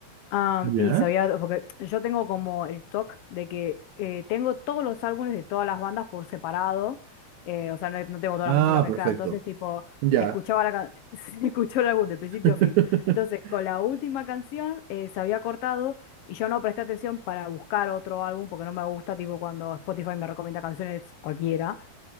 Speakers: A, on the left; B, on the right.
A: Ah,
B: ¿ya?
A: y sabía, porque yo tengo como el TOC de que eh, tengo todos los álbumes de todas las bandas por separado, eh, o sea, no, no tengo toda
B: Ah,
A: la música mezclada,
B: perfecto.
A: entonces tipo,
B: Ya.
A: escuchaba la can- <laughs> escuchó el álbum de principio
B: <laughs>
A: a fin. Entonces, con la última canción eh, se había cortado y yo no presté atención para buscar otro álbum porque no me gusta, tipo, cuando Spotify me recomienda canciones cualquiera.